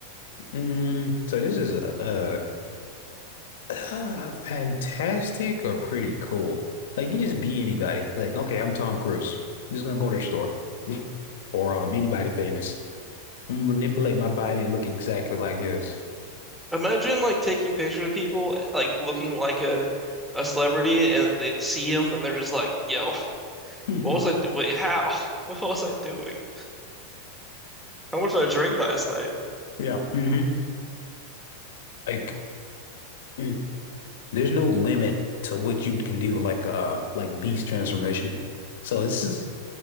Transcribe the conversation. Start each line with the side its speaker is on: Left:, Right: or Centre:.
Left: Mm, so this is a, a, uh fantastic or pretty cool. Like you can just be anybody. Like, okay, I'm Tom Cruise. I'm just gonna go to the store <laughs> or um anybody famous. I'm gonna manipulate my body to look exactly like his.
Centre: Imagine like taking pictures of people like looking like a a celebrity and they see him and they're just like, "Yo,
Left: <laughs>
Centre: what was I do? Wait, how? <laughs> What was I doing? How much did I drink last night?"
Left: Yeah. hmm Like mm, there's no limit to what you can do, like uh like beast transformation. So this is